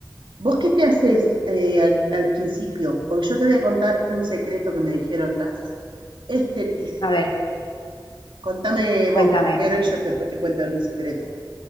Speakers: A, on the right; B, on the left.
A: ¿Vos qué te haces eh, al, al principio? Porque yo te voy a contar un secreto que me dijeron las esteticistas.
B: a ver,
A: Contame vos
B: cuéntame.
A: primero y yo después te cuento mi secreto.